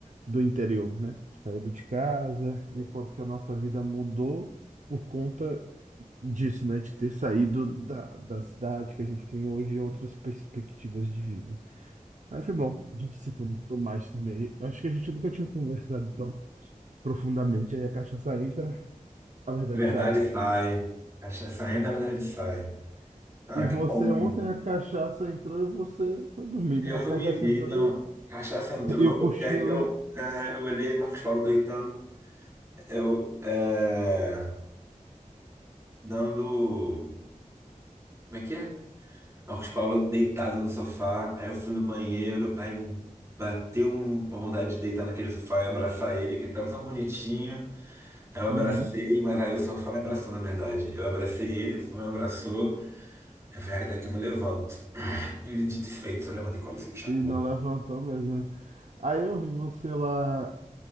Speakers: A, on the right; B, on the right.
A: do interior, né? Saído de casa, e o quanto que a nossa vida mudou por conta disso, né? De ter saído da, da cidade que a gente tem hoje e outras perspectivas de vida. Mas foi bom, a gente se conectou mais também. Eu Acho que a gente nunca tinha conversado profundamente, aí a cachaça entra, a verdade
B: Verdade
A: sai.
B: sai. Cachaça entra, verdade sai. Ah,
A: E você
B: que bom.
A: ontem
B: E
A: a cachaça entrou e você foi dormir,
B: eu
A: né? A
B: fui
A: cachaça
B: me ver,
A: entrou
B: não.
A: e,
B: Cachaça entrou,
A: o- e o cochilo.
B: e aí eu, é, eu olhei Marcos Paulo deitando. Eu, é, dando. Como é que é? Marcos Paulo deitado no sofá, aí eu fui no banheiro, aí me bateu um- uma vontade de deitar naquele sofá e abraçar ele, que ele tava tão bonitinho. Aí Eu abracei,
A: Uhum.
B: mas aí o sofá me abraçou, na verdade. Eu abracei ele, ele me abraçou. Eu falei, ai, daqui eu não levanto. E dito e feito, só levantei quando você me chamou.
A: E não levantou mesmo, né? Aí eu vi você lá